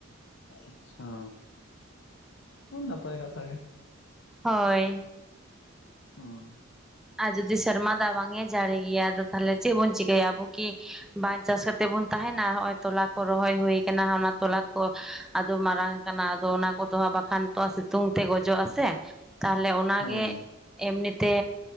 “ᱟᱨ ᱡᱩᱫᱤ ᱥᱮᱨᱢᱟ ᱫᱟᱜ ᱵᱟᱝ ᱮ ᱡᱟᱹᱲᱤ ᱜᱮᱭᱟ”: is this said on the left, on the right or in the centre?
Centre